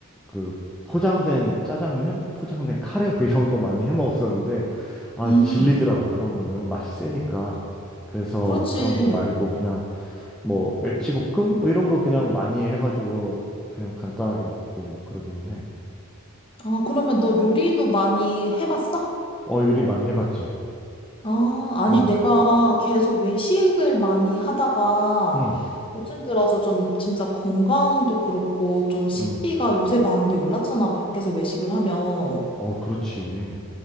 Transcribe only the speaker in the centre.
그, 포장된 짜장면? 포장된 카레? 뭐 이런 거 많이 해 먹었었는데, 아,
질리더라고. 그런 거는. 맛이 세니까. 그래서
그런 거 말고, 그냥, 뭐, 멸치볶음? 뭐 이런 거 그냥 많이 해가지고, 그냥 간단하게 먹고, 뭐, 그러기는 해.
어, 요리 많이 해봤지.
응,
응,
응.
어, 그렇지.